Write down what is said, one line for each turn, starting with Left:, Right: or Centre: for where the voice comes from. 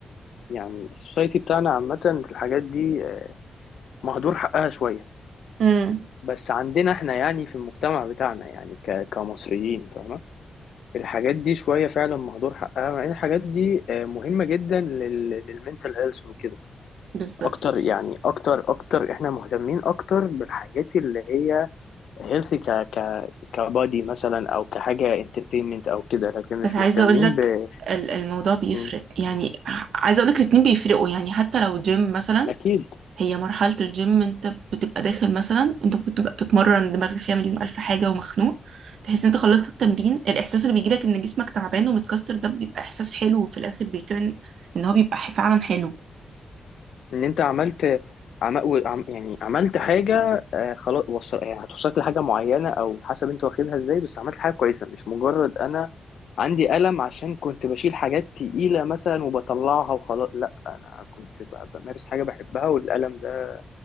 Left: يعني السوسايتي بتاعنا عامة في الحاجات دي مهدور حقها شوية
Right: امم
Left: بس عندنا احنا يعني في المجتمع بتاعنا يعني ك كمصريين فاهمة الحاجات دي شوية فعلا مهدور حقها مع ان الحاجات دي آه، مهمة جدا للمنتال هيلث وكده
Right: بالظبط
Left: اكتر يعني اكتر اكتر احنا مهتمين اكتر بالحاجات اللي هي هيلث ك ك كبادي مثلا او كحاجة انترتينمنت او كده لكن مش
Right: بس عايزة
Left: مهتمين
Right: اقولك
Left: ب
Right: ال- الموضوع بيفرق
Left: م،
Right: يعني ع- عايزة اقولك الاتنين بيفرقوا يعني حتى لو جيم مثلا
Left: اكيد
Right: هي مرحلة الجيم انت بتبقى داخل مثلا انت ممكن تبقى بتتمرن دماغك فيها مليون ألف حاجة ومخنوق تحس ان انت خلصت التمرين الإحساس اللي بيجيلك ان جسمك تعبان ومتكسر ده بيبقى إحساس حلو وفي الآخر بيترن ان هو بيبقى فعلا حلو
Left: ان انت عملت عم... و- عم... يعني عملت حاجه آه خلاص وصل... يعني هتوصلك لحاجه معينه او حسب انت واخدها ازاي بس عملت حاجه كويسه مش مجرد انا عندي قلم عشان كنت بشيل حاجات تقيله مثلا وبطلعها وخلاص لا انا كنت ب... بمارس حاجه بحبها والقلم ده